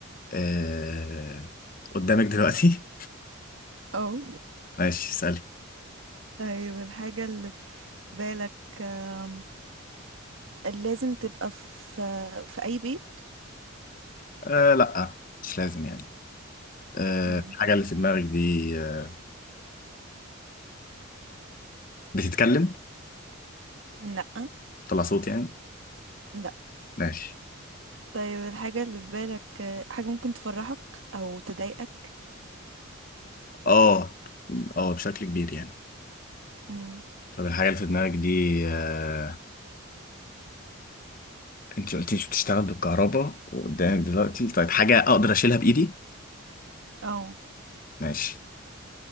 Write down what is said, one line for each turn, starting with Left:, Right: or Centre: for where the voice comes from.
Left: أه... قدامك دلوقتي
Right: اه
Left: <laughs> ماشي اسألي
Right: طيب الحاجة اللي في بالك آم، لازم تبقى في في اي بيت
Left: أه... لا مش لازم يعني أه...
Right: مم.
Left: الحاجة اللي في دماغك دي أه... بتتكلم
Right: لا
Left: طلع صوت يعني
Right: لا
Left: ماشي
Right: طيب الحاجة اللي في بالك آه، حاجة ممكن تفرحك او تضايقك
Left: اه اه بشكل كبير يعني
Right: مم.
Left: طب الحاجة اللي في دماغك دي آه، انت قلتيش بتشتغل بالكهرباء وقدام دلوقتي طيب حاجة اقدر اشيلها بايدي
Right: اه
Left: ماشي